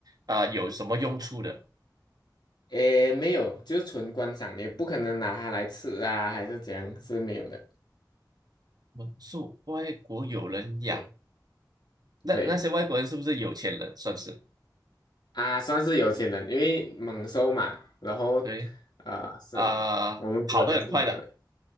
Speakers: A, on the right (about 60°); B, on the left (about 70°).
A: 啊、有什么用处的？
B: 诶，没有，就是纯观赏，也不可能拿它来吃啊，还是怎样，是没有的。
A: 猛兽，外国有人养，
B: 对，
A: 那那些外国人是不是有钱人？
B: 对，
A: 算是
B: 啊，算是有钱人，因为猛兽嘛，然后，
A: 对
B: 啊、是我们国家是没有的。
A: 啊、跑得很快的